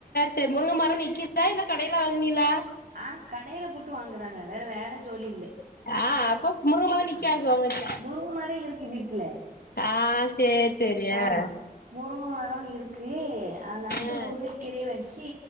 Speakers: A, on the left; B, on the right.
A: செரி முருங்க மர நிக்குதா இல்ல கடையில வாங்கினீளா
B: ஆ கடையில போட்டு வாங்குறாங்க வேற வேல ஜோலி இல்லே
A: ஆ அப்போ முருங்க மரோ நிக்காது
B: ஆ
A: உங்க வீட்ல
B: முருங்கமர இருக்கு வீட்ல
A: ஆ சேரி சேரி
B: ஆமா
A: ஆ
B: முருங்கமரோ இருக்கு அன்னன்னைக்கு
A: ஆ
B: முருங்கக்கீரைய வச்சு